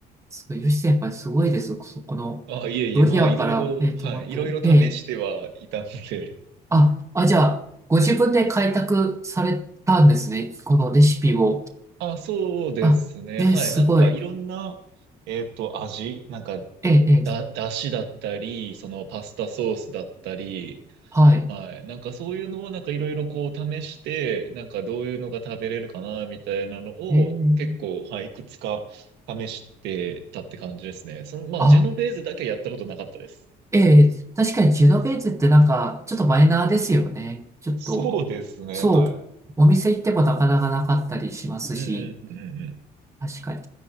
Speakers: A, on the right; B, on the right.
A: すごい、ヨシ先輩すごいです。そこの、
B: あ、いえいえ、
A: ドリアから、
B: まあ、いろいろ、
A: えー、
B: はい、
A: トマト、
B: いろいろ試してはいたんで。
A: ええあ、あ、じゃあ、ご自分で開拓されたんですね。このレシピを。
B: <laughs> あ、そうですね。
A: あ、えー、
B: はい。
A: すごい。
B: なんか、いろんな、えっと、味、なんか、
A: ええええ
B: だ、だしだったり、その、パスタソースだったり、
A: はい。
B: はい。なんかそういうのをなんかいろいろこう試して、なんかどういうのが食べれるかなみたいなのを結構、
A: ええ
B: はい、いくつか試してたって感じですね。その、まあ、
A: あ、
B: ジェノベーゼだけやったことなかったです。
A: ええ確かにジェノベーゼってなんか、ちょっとマイナーですよね。ちょっと、
B: そうですね、
A: そう、
B: はい。
A: お店行ってもなかなかなかったりしますし。
B: うんうんうんうん
A: 確かに。